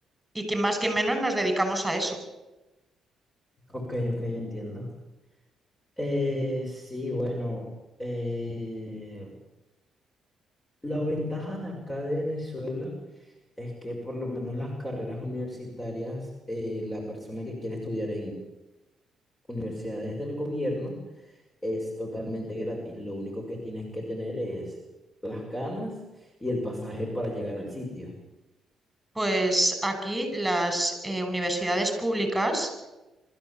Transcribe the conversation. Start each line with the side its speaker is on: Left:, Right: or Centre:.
Centre: y que más que menos nos dedicamos a eso.
Left: ok, ok, entiendo. Eh, sí, bueno, eh, la ventaja de acá de Venezuela es que por lo menos las carreras universitarias, eh, la persona que quiere estudiar en universidades del gobierno, Es totalmente gratis. Lo único que tienes que tener es las ganas y el pasaje para llegar al sitio.
Centre: Pues aquí las eh, universidades públicas,